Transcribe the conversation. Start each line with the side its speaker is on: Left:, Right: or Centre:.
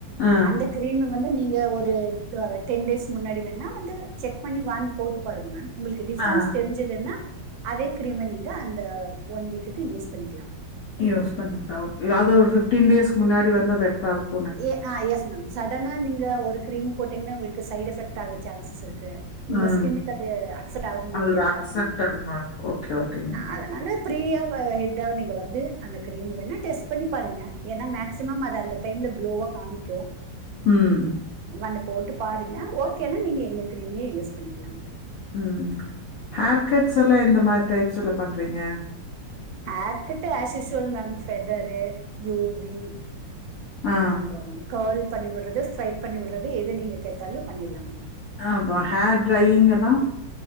Left: ஆ,
Right: அந்த கிரீமு வந்து நீங்க ஒரு டென் டேஸ் முன்னாடி வேண்ணா வந்து செக் பண்ணி வாங்கி போட்டு பாருங்க உங்களுக்கு டிஃபரென்ஸ்
Left: ஆ
Right: தெரிஞ்சுதுன்னா அதே கிரீமை நீங்க அந்த ஒன் வீக்குக்கு யூஸ் பண்ணிக்கலா
Left: யூஸ் பண்ணிக்லா அது ஒரு ஃபிப்டீன் டேஸ்கு முன்னாடி வந்தா பெட்ரா இருக்
Right: ஏ ஐ எஸ் மேம் சடனா நீங்க ஒரு கிரீமு போட்டீங்கனா உங்களுக்கு சைட் எஃபெக்ட் ஆக சான்சஸ் இருக்கு உங்க
Left: ம்.
Right: ஸ்கினுக்கு அது அக்சப்ட் ஆகுமா
Left: அது
Right: இல்லயான்னு
Left: அக்செப்ட்
Right: பாக்கணு
Left: ஆகுமா? இருக்கும். ஓகே, ஓகேங்க.
Right: அதனால ப்ரீயா ஹெட்டாவ நீங்க வந்து அந்த கிரீம் வேணா டெஸ்ட் பண்ணி பாருங்க ஏன்னா மாக்சிமம் அத அந்த டைம்ல க்ளோவா காமிக்கு
Left: ம்
Right: வந்து போட்டு பாருங்க ஓகேன்னா நீங்க எங்க கிரீமயே யூஸ் பண்ணிக்கலாம்மா
Left: ம் ஹேர்கட்ஸ் எல்லா எந்த மாரி டைப்ஸுல பண்றீங்க
Right: haircut as usual ma'am feather UV
Left: ஆ.
Right: இது பண்றோ மேம் கர்ல் பண்ணி விடுறது ஸ்ட்ரைட் பண்ணி விடுறது எத நீங்க கேட்டாலு பண்ணிட்லா மேம்
Left: அ அப்பொ ஹேர் ட்ரையிங்க் எல்லா